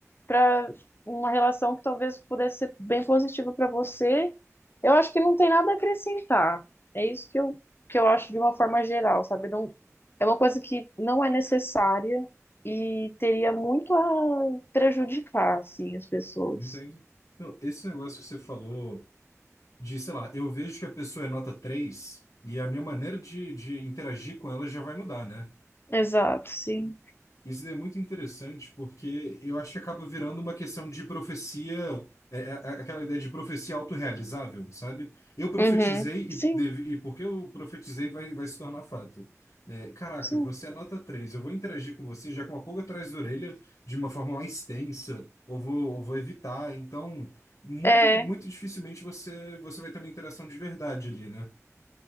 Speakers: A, on the left; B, on the left.
A: para uma relação que talvez pudesse ser bem positiva para você. Eu acho que não tem nada a acrescentar. É isso que eu, que eu acho de uma forma geral, sabe? Não, é uma coisa que não é necessária e teria muito a prejudicar, assim, as pessoas.
B: Entendo. Não, esse negócio que você falou de, sei lá, eu vejo que a pessoa é nota 3 e a minha maneira de, de interagir com ela já vai mudar, né?
A: Exato, sim.
B: Isso é muito interessante porque eu acho que acaba virando uma questão de profecia, é, é, é, aquela ideia de profecia autorrealizável, sabe? Eu profetizei
A: Uhum. Sim,
B: e, deve, e porque eu profetizei vai, vai se tornar fato. É, caraca,
A: sim.
B: você é nota 3, eu vou interagir com você já com uma pulga atrás da orelha de uma forma mais tensa, ou vou, ou vou evitar. Então, muito,
A: É,
B: muito dificilmente você, você vai ter uma interação de verdade ali, né?